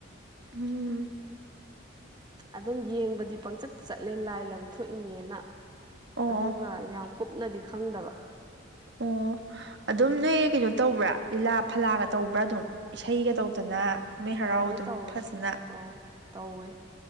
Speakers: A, on the right; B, on the right.
A: ꯎꯝ
B: ꯑꯗꯨꯝ ꯌꯦꯡꯕꯗꯤ ꯄꯪꯆꯠꯇ ꯆꯠꯂꯦ ꯂꯥꯏ ꯂꯝ ꯊꯣꯛꯏꯅꯦꯅ
A: ꯑꯣ
B: ꯑꯗꯨꯒ
A: ꯑꯣ
B: ꯌꯥꯝ ꯀꯨꯞꯅꯗꯤ ꯈꯪꯗꯕ
A: ꯑꯣ ꯑꯗꯨꯝ ꯅꯣꯏ ꯀꯩꯅꯣ ꯇꯧꯕ꯭ꯔꯥ ꯂꯤꯂꯥ ꯐꯂꯥꯒ ꯇꯧꯕ꯭ꯔꯥ ꯑꯗꯨꯝ ꯏꯁꯩꯒ ꯇꯧꯗꯅ ꯀꯨꯝꯍꯩ ꯍꯔꯥꯎ
B: ꯇꯧꯋꯦ
A: ꯑꯗꯨꯝ
B: ꯇꯧꯋꯦ
A: ꯐꯖꯅ
B: ꯑꯧ ꯇꯧꯋꯦ